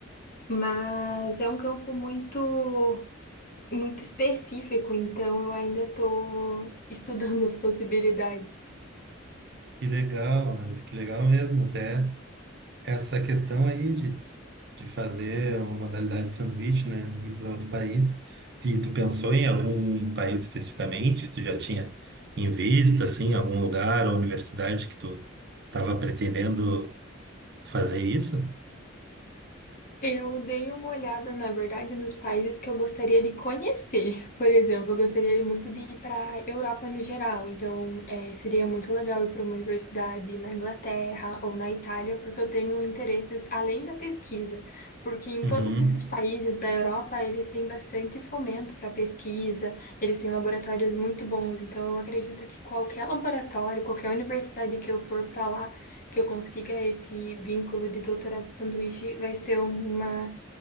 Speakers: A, on the left; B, on the right.
A: Mas é um campo muito muito específico, então eu ainda estou estudando as possibilidades.
B: Que legal, Ana, que legal mesmo. Até essa questão aí de, de fazer uma modalidade de sanduíche, né? Ir para outro país. E tu pensou em algum país especificamente? Tu já tinha em vista, assim, algum lugar ou universidade que tu estava pretendendo fazer isso?
A: Eu dei uma olhada, na verdade, nos países que eu gostaria de conhecer. Por exemplo, eu gostaria muito de ir para Europa no geral. Então, eh, seria muito legal ir para uma universidade na Inglaterra ou na Itália, porque eu tenho interesses além da pesquisa. Porque em
B: Uhum.
A: todos esses países da Europa, eles têm bastante fomento para pesquisa, eles têm laboratórios muito bons. Então, eu acredito que qualquer laboratório, qualquer universidade que eu for para lá, que eu consiga esse vínculo de doutorado sanduíche vai ser uma,